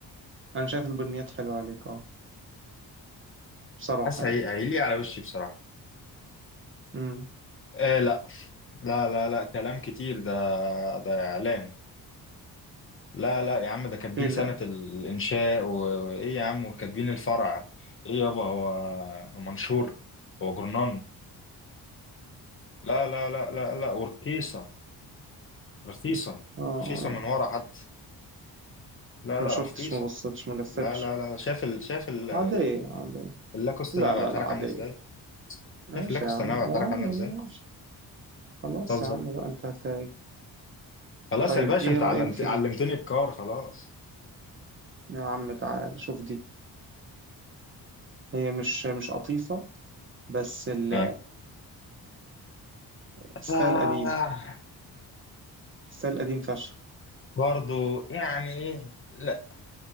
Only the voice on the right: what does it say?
انا شايف البنيات حلوة عليك اه بصراحة
يعني
امم
ايه لا
اه
ما
شفتش
ما بصيتش ما لفتش
عادية عادية
لا
لا
لا
عادية
ماشي
يا عم
يا عم
ماشي
خلاص
يا عم بقى انت هت...
طيب
ايه
رأيك
في
دي
يا عم تعال شوف دي هي مش مش قطيفة بس ال-
الستايل
قديم الستايل قديم فشخ